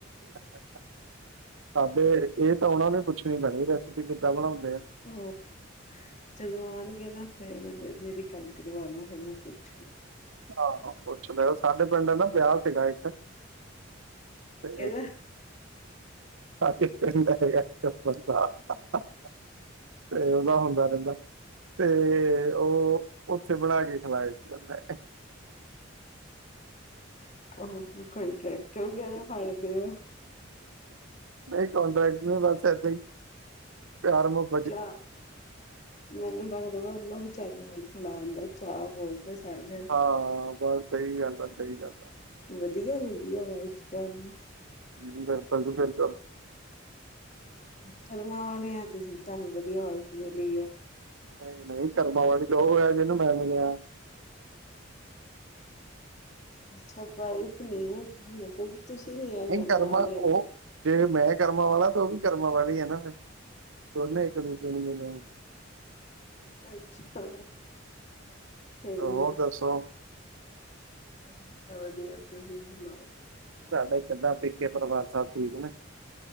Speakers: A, on the right; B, on the left.
A: <unintelligible> ਏ ਤਾਂ ਓਨਾ ਨੂੰ ਈ ਪੁੱਛਣੀ ਪੈਣੀ ਰੈਸਪੀ ਕਿੱਦਾਂ ਬਣਾਉਂਦੇ ਆ।
B: <unintelligible> ਜਦੋਂ ਆਉਣਗੇ ਨਾ ਫੇਰ ਮ ਮੇਰੀ ਗੱਲ ਕਰਵਾਣਾ ਫਿਰ ਮ ਪੁੱਛ
A: ਹਾਂ ਹਾਂ, ਪੁੱਛ ਲਯੋ ਸਾਡੇ ਪਿੰਡ ਨਾ ਵਿਆਹ ਸੀਗਾ ਇੱਕ ਤੇ
B: ਕਹਿੰਦਾ
A: ਸਾਡੇ ਪਿੰਡ ਏਹੋ ਜਿਆ <unintelligible> ਤੇ ਉਦਾ ਹੁੰਦਾ ਰਹਿੰਦਾ ਤੇ ਓ ਓਥੇ ਬਣਾ ਕੇ ਖਿਲਾਏ ਸੀ ਓਨੇ।
B: <unintelligible> ਕੰਟਰੈਕਟ ਵਗੈਰਾ ਫੜਦੇ ਓ?
A: ਨਈ ਕੋਂਟੈਕਟ ਨਈ ਬਸ ਏਦਾਂ ਈ ਪਿਆਰ ਮੂਹ
B: ਚਾਅ, ਮੈਨੂੰ ਵੀ ਲੱਗਦਾ ਪਿਆ ਓਨੂੰ ਵਿਚਾਰੀ ਨੂੰ ਵੀ ਖਿਲਾਨ ਦਾ ਚਾਅ ਬੋਤ। ਤੇ ਸਾਰੇ
A: ਹਾਂ ਬਸ ਸਈ ਗੱਲ ਆ, ਸਈ ਗੱਲ ਆ।
B: ਵਧੀਆ ਮਿਲੀ ਆ ਵਾਈਫ ਤੁਹਾਨੂੰ।
A: ਹੂੰ, ਬਿਲਕੁਲ ਜੀ ਬਿਲਕੁਲ।
B: ਕਰਮਾਂ ਵਾਲੇ ਆ ਤੁਸੀਂ ਤੁਹਾਨੂੰ ਵਧੀਆ ਵਾਈਫ ਮਿਲੀ ਆ।
A: ਨਈ-ਨਈ ਕਰਮਾਂ ਵਾਲੀ ਤੇ ਓ ਹੈ ਜਿਨੂੰ ਮੈਂ ਮਿਲਿਆ।
B: ਅੱਛਾ ਭਾਈਫ ਨੀ ਐ ਮਤਲਬ ਕਿ ਤੁਸੀਂ ਨੀ ਆ
A: ਨਹੀਂ
B: ਕਰਮਾ ਆਲੇ ਨਾ।
A: ਉਹ ਜੇ ਮੈਂ ਕਰਮਾਂ ਵਾਲਾ ਤਾਂ ਓ ਵੀ ਕਰਮਾਂ ਵਾਲੀ ਐ ਨਾ ਫੇਰ। ਦੋਨੇ ਇੱਕ ਦੂਜੇ ਨੂੰ ਮਿਲੇ।
B: ਅੱਛਾ, ਸਈ
A: ਹੋਰ
B: ਐ।
A: ਦੱਸੋ।
B: ਵਦੀਆ-ਵਦੀਆ ਤੁਸੀ ਸੁਨਾਓ।
A: ਤੁਆਡਾ ਕਿੱਦਾਂ ਪੇਕੇ ਪਰਵਾਰ ਸਬ ਠੀਕ ਨੇ?